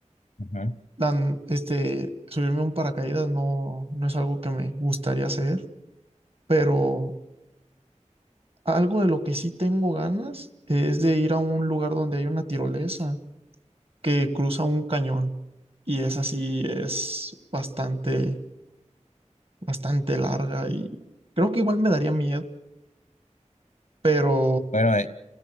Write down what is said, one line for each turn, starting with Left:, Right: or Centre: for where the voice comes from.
Left: Ujú.
Right: dan este, subirme a un paracaídas no, no es algo que me gustaría hacer, pero Algo de lo que sí tengo ganas es de ir a un lugar donde hay una tirolesa que cruza un cañón. Y esa sí es bastante, bastante larga y creo que igual me daría miedo, pero
Left: Bueno, eh,